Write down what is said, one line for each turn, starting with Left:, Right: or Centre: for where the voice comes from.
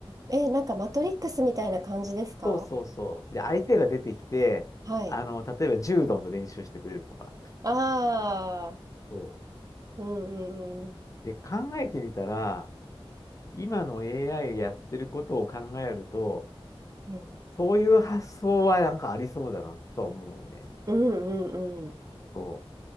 Right: え、なんかマトリックスみたいな感じですか
Left: そうそうそう。で、相手が出てきて、
Right: はい。
Left: あの、例えば柔道の練習してくれるとか。
Right: ああ、
Left: そ
Right: うんうんうん。
Left: う。で、考えてみたら、今の AI やってることを考えると、
Right: うん
Left: そういう発想はなんかありそうだなとは思うね。
Right: うんうんうん。
Left: そ